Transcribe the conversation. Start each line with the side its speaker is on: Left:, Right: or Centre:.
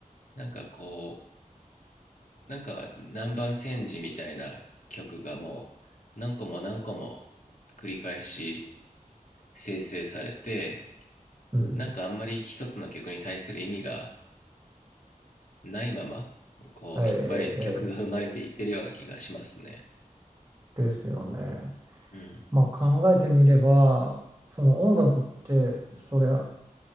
Left: なんかこなんか南蛮戦時みたいな曲がもう何個も何個も繰り返し生成されて
Right: うん、
Left: なんかあんまり一つの曲に対する意味がないままこういっぱい曲が生まれていってるような気がしますね
Right: ええ、ええ、ええですよね。
Left: うん
Right: まあ考えてみれば、その音楽って、それは